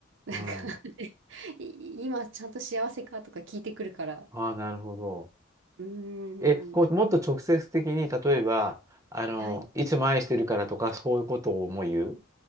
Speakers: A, on the right (about 65°); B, on the right (about 15°).
A: なんか
B: うん。
A: <laughs> い今ちゃんと幸せかとか聞いてくるから。
B: あ、なるほど。
A: うー
B: え、こう、
A: ん。
B: もっと直接的に、例えば、あの、
A: はい。
B: いつも愛してるからとか、そういうことをもう言う